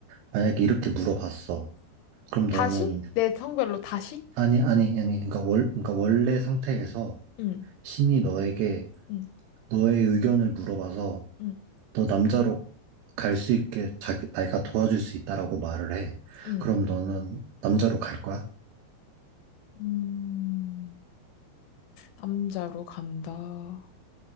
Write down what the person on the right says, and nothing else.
만약에 이렇게 물어봤어. 그럼 너는
아니, 아니, 아니. 그러니까 월, 그러니까 원래 상태에서
신이 너에게
너의 의견을 물어봐서
너 남자로 갈 수 있게 자기 내가 도와줄 수 있다라고 말을 해.
그럼 너는 남자로 갈 거야?